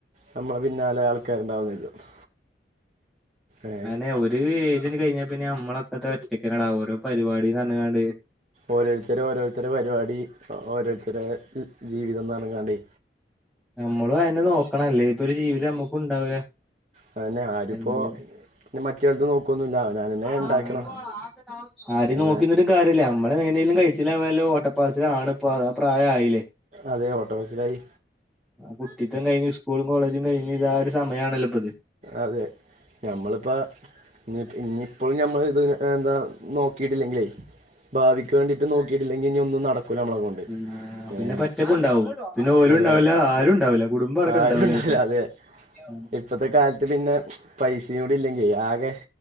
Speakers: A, on the right; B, in the centre.
A: നമ്മളെ പിന്നാലെ ആൾക്കാരുണ്ടാവുന്ന് കരുതും ഏ
B: അന്നെ ഒരു ഏജ്ന് കഴിഞ്ഞ പിന്നെ നമ്മളോക്കതാ ഒറ്റക്കല്ലട ഓരോ പരിപാടി പറഞ്ഞ്കാണ്ട്
A: ഓരോരുത്തര് ഓരോരുത്തര പരിപാടി ഓരോരുത്തര ജീവിതം പറഞ്ഞങ്ങാണ്ടേ
B: നമ്മളും അയന്നെ നോക്കണംഅല്ലേ ഇപ്പൊ ഒരു ജീവിതം നമ്മുക്ക് ഉണ്ടാവൂല
A: അതന്നേ ആരിപ്പോ
B: എന്തേലും
A: പിന്നെ മറ്റേടുത്ത് നോക്കുവൊന്നുമില്ല അവരോര് ന്നെ ഇണ്ടാക്കണം
B: ആഹ് ആരേം
A: ഏ
B: നോക്കിന്നിട്ടും കാര്യല്ല നമ്മള് എങ്ങനേലും കെയ്ച്ചില്ലവാല്ലോട്ടപ്പാച്ചിലിൽ ആണ് ഇപ്പ ആ പ്രായ ആയില്ലേ
A: അതെ ഓട്ടപ്പാച്ചിലായി
B: കുട്ടിത്തം കഴിഞ്ഞ് സ്കൂളും കോളേജും കഴിഞ്ഞ് ഇത് ആ ഒരു സമയം ആണല്ലോ ഇപ്പൊ ഇത്
A: അതെ നമ്മളിപ്പ ഇഞ്ഞി ഇഞ്ഞിപ്പോഴും ഞമ്മള് ഇത് എന്താ നോക്കിയിട്ടില്ലെങ്കിലേ ഭാവിക്ക് വേണ്ടിയിട്ട് നോക്കി ല്ലെങ്കി ഇനി ഒന്നും നടക്കൂല്ല നമ്മളെ കൊണ്ട്
B: മ്മ് ആഹ് ആ പിന്നെ
A: ഏഹ്
B: പറ്റപ്പ് ഉണ്ടാവും പിന്നെ ഓലും
A: അതെ
B: ഉണ്ടാവൂല ആരും ഉണ്ടാവില്ല കുടുംബം അടക്കം
A: ആരും
B: ഉണ്ടാവില്ല
A: അതെ
B: <unintelligible>
A: ഇപ്പത്തെ കാലത്ത് പിന്നെ പൈസയൂടി ഇല്ലെങ്കി ആകെ